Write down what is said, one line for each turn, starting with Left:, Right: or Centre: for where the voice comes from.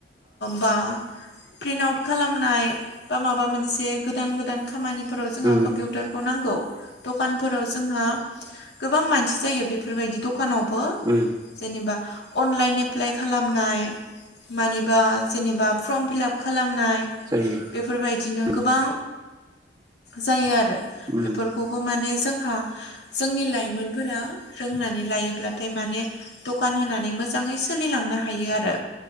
Left: बा प्रिन्ट आउट खालामनाय बा माबा मोनसे गोदान गोदान खामानि फोराव जोंहा
Right: उम
Left: कम्पिउटारखौ नांगौ दखानफोराव जोंहा गोबां मानसि जायो बेफोरबायदि दखानाव
Right: उम
Left: <unintelligible> जेनेबा अनलाइन एप्लाइ खालामनाय मानिबा जेनेबा फर्म फिलाप खालामनाय
Right: जायो
Left: बे बायदिनो
Right: उम
Left: गोबां जायो आरो
Right: उम
Left: बेफोरखौबो माने जोंहा जोंनि लाइमोनफोरा रोंनानै लायोब्लाथाय माने दखान होनानै मोजाङै सोलिलांनो हायो आरो